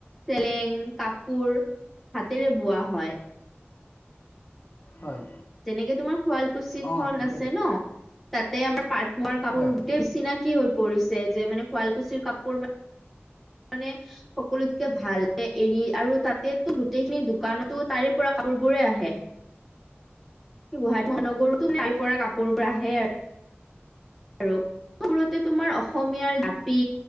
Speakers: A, in the centre; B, on the left.
A: চেলেং কাপোৰ হাতেৰে বোৱা হয়।
B: হয়
A: যেনেকে তোমাৰ শুৱালকুছি খন
B: অঁ ঠিকে
A: আছে
B: কৈছা
A: ন? তাতে আমাৰ পাট মোগাৰ কাপোৰ
B: হয়
A: গোটেই চিনাকি হৈ পৰিছে যে মানে শুৱালকুছিৰ কাপোৰ মানে মানে সকলোতকে ভাল এৰি আৰু তাতেটো গ গোটেইখিনি দোকানতো তাৰে পৰা কাপোৰবোৰে আহে। গুৱাহাটী মহানগৰটো তাৰ পৰা কাপোৰ বোৰ আহে। আৰু কাপোৰতে তোমাৰ অসমীয়াৰ জাপি